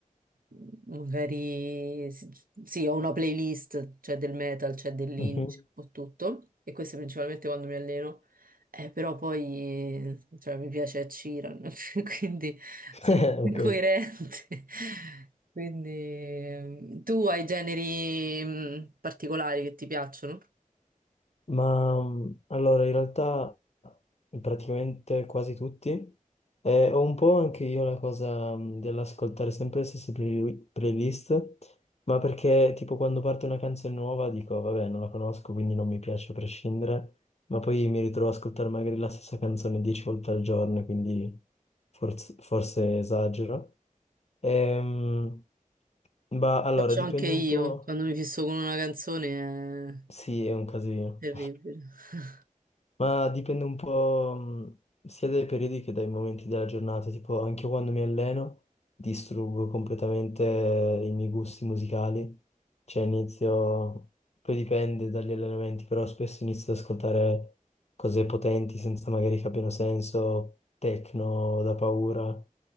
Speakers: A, on the right (about 90°); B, on the left (about 50°).
A: mh, magari sì, sì, ho una playlist, c'è del metal, c'è dell'indie,
B: Mhm.
A: c'è un po' tutto. E questo è principalmente quando mi alleno. Eh, però poi, cioè, mi piace Ed Sheeran, <laughs> quindi
B: <laughs>
A: sono un po' incoerente.
B: Ok.
A: <laughs> Quindi, ehm, tu hai generi mh, particolari che ti piacciono?
B: Ma mh, allora, in realtà praticamente quasi tutti. E ho un po' anche io la cosa mh, dell'ascoltare sempre le stesse play- playlist, ma perché tipo quando parte una canzone nuova dico, vabbè, non la conosco, quindi non mi piace a prescindere, ma poi mi ritrovo ad ascoltare magari la stessa canzone dieci volte al giorno, quindi forz- forse esagero. Ehm, ma allora,
A: Faccio
B: dipende
A: anche io,
B: un po'.
A: quando mi fisso con una canzone è
B: Sì, è un casino.
A: terribile. <laughs>
B: Ma dipende un po' mh, sia dai periodi che dai momenti della giornata, tipo anche quando mi alleno distruggo completamente i miei gusti musicali, cioè inizio, poi dipende dagli allenamenti, però spesso inizio ad ascoltare cose potenti senza magari che abbiano senso, techno da paura